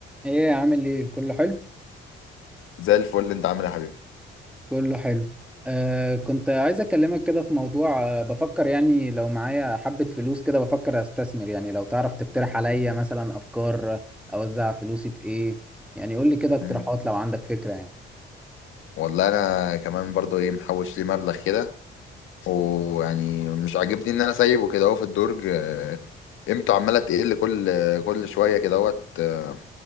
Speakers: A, in the centre; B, on the left.
A: ايه عامل ايه كله حلو
B: زي الفل انت عامل ايه يا حبيبي
A: كله حلو آه كنت عايز اكلمك كده في موضوع آه بفكر يعني لو معايا حبة فلوس كده بفكر استثمر يعني لو تعرف تقترح عليا مثلا افكار آه، اوزع فلوسي في ايه يعني قول لي كده اقتراحات
B: مم.
A: لو عندك فكرة يعني
B: والله انا كمان برضو ايه محوش لي مبلغ كده ويعني مش عاجبني ان انا سايبه كده اهو في الدرج آه، قيمته عماله تقل كل كل شويه كده اهوت آه،